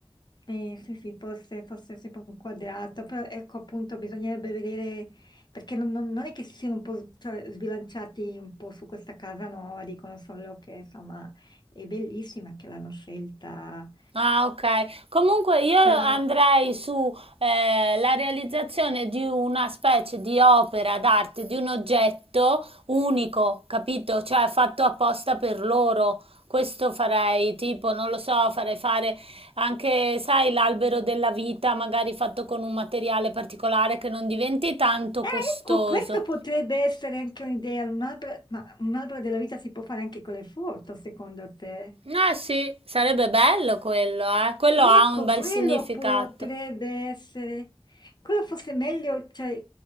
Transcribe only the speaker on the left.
Sì, sì, sì, forse, forse si può inquadrato, però ecco appunto bisognerebbe vedere, perché non, non- non è che si siano un po' s- cioè, sbilanciati un po' su questa casa nuova, dicono solo che insomma è bellissima che l'hanno scelta,
però
eh,
ecco, questo potrebbe essere anche un'idea, un albero, ma un albero della vita si può fare anche con le foto, secondo te?
Ecco,
quello
potrebbe essere, quello fosse meglio, cioè,